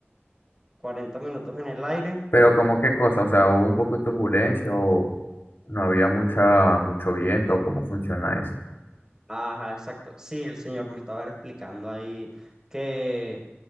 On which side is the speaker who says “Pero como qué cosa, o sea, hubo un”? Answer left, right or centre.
Left